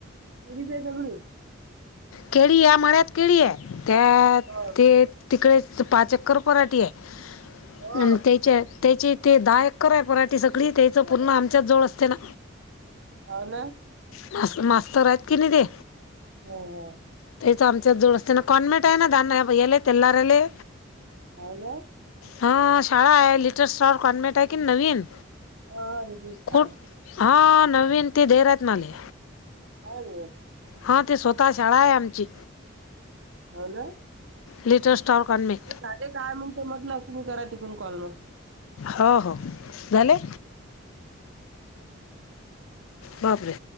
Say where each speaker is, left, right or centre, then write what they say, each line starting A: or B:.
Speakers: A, on the right; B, on the left.
A: तमच सगळी.
B: केळी या मळ्यात केळी आहे त्या
A: हो.
B: तिकडे पाच एक्कर पराठी आहे
A: हो.
B: आणि त्याच्या. त्याची ते दहा एकर आहे पराठी सगळी त्याच पुूर्ण आमच्यात जवळ असते ना.
A: होवना.
B: मा मास्तर आहेत की नाही ते.
A: हो हो.
B: त्याच आमच्या जुड असते ना कॉनमेट आहे ना दान याले तेलारले.
A: अ ना.
B: हा शाळा आहे लिटल स्टॉ कॉन्व्हेंट आहे कि नवीन.
A: हा हा विशल.
B: खूप हा नवीन ते रहात मले.
A: हो.
B: हा ते स्वतः शाळा आहे आमची.
A: हो ना.
B: लिटल स्टॉ कनमिक.
A: काय म्हण म्हटलं तुम्ही करा तिकून कॉल मग.
B: हो हो झाले. मबरे.